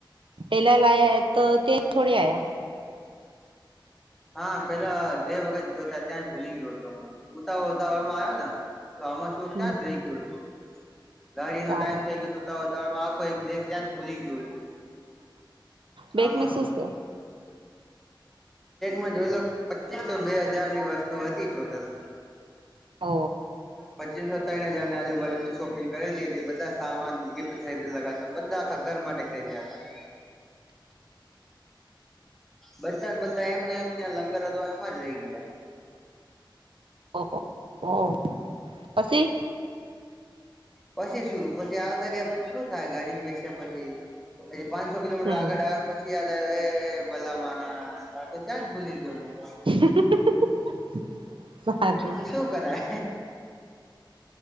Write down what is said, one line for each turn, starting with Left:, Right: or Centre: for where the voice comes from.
Right: પેલા લાયા તો તે છોડી આયા
Centre: હા પેલા બે વખત ગયો ત્યાં જ ભૂલી ગયો હતો ઉતાવળ ઉતાવળમાં આવ્યો ને તો આમાં શું
Right: હમ
Centre: ત્યાં જ રહી ગયું હતું ગાડીનો
Right: સારું
Centre: ટાઈમ થઈ ગયો હતો ત આખો એક બેગ ત્યાં ભૂલી ગયો
Right: બેગ
Centre: આમા
Right: મે શું છે
Centre: મા જોઈ લો પચીસો બે હજાર ની વસ્તુ હતી ટોટલ
Right: ઓ
Centre: પચીસ ત્રણ હજાર ની આજુબાજુનું શોપિંગ કરેલી હતી બધા સામાન ગિફ્ટ ખરીદેલા હતા બધા આખા ઘર માટે ખાઈ બધન બધા એમ ને એમ ત્યાં લંગર હતો એમાં જ રઈ ગયા
Right: ઓહો ઓ પછી
Centre: પછી શું પછી આવ તર્યા પછી શું થાય ગાડીમાં બેસ્યા પછી પછી પાંચસો કિલોમીટર
Right: હમ
Centre: આગળ આવ્યા પછી એ ભલા માનાસ આ તો ત્યાં જ ભૂલી ગયો હું
Right: <inaudible> સારું
Centre: પછી શું કરાય